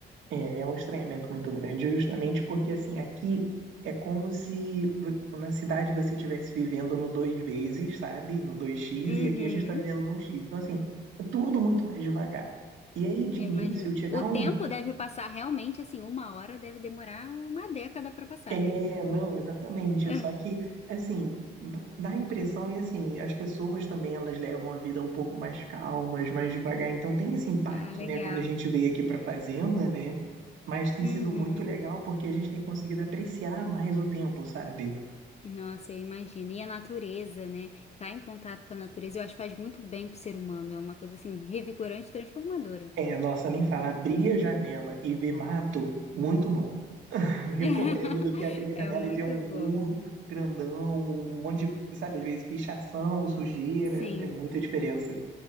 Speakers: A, on the right; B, on the left.
A: É, é um estranhamento muito grande, justamente porque assim, aqui é como se v- na cidade você estivesse vivendo no dois vezes, sabe? No dois x
B: Uhum,
A: e aqui a gente está vivendo no um x Então, assim, é tudo muito mais devagar. E aí, de
B: eu
A: início,
B: imagino.
A: te dá
B: O tempo
A: um
B: deve passar realmente assim, uma hora deve demorar uma década para passar,
A: É,
B: né?
A: não, exatamente.
B: <laughs>
A: Só que, assim, dá a impressão, e assim, as pessoas também elas levam a vida um pouco mais calmas, mais devagar. Então tem esse impacto,
B: Ah, ah, legal.
A: né, quando a gente veio aqui pra fazenda, né? Mas tem
B: Uhum.
A: sido muito legal porque a gente tem conseguido apreciar mais o tempo, sabe?
B: Nossa, eu imagino. E a natureza, né? Tá em contato com a natureza, eu acho que faz muito bem pro ser humano. É uma coisa assim, revigorante e transformadora.
A: É, nossa, nem falar, abrir a janela e ver mato, muito bom. <laughs> Recomendo
B: <laughs>
A: do que abrir a
B: É
A: janela
B: muito
A: e ver um
B: bom.
A: muro grandão, um monte de, sabe, às vezes pichação, sujeira,
B: Sim.
A: é muita diferença.